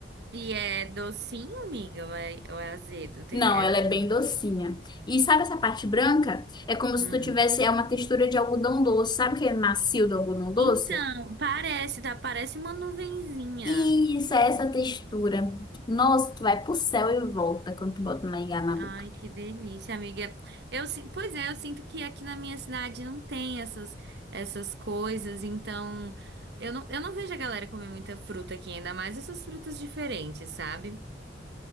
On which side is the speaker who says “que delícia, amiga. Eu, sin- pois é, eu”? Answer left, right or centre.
Right